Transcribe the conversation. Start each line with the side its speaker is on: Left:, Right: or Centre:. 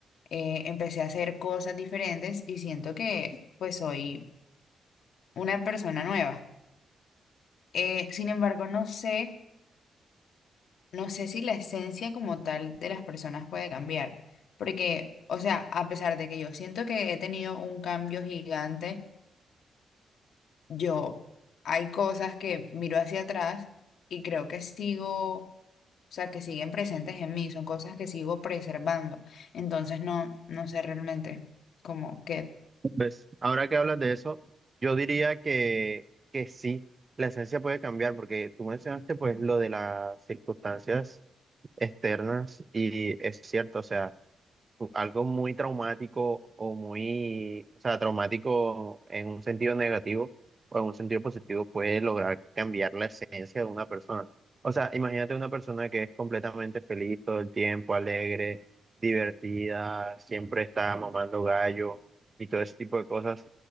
Left: eh, empecé a hacer cosas diferentes y siento que pues soy una persona nueva. Eh, sin embargo, no sé. no sé si la esencia como tal de las personas puede cambiar, porque, o sea, a pesar de que yo siento que he tenido un cambio gigante, yo hay cosas que miro hacia atrás y creo que sigo, o sea, que siguen presentes en mí, son cosas que sigo preservando. Entonces, no, no sé realmente como que
Right: Pues ahora que hablas de eso, yo diría que, que sí, la esencia puede cambiar, porque tú mencionaste pues lo de las circunstancias externas y es cierto, o sea, algo muy traumático o muy, o sea, traumático en un sentido negativo o en un sentido positivo puede lograr cambiar la esencia de una persona. O sea, imagínate una persona que es completamente feliz todo el tiempo, alegre, divertida, siempre está mamando gallo y todo ese tipo de cosas.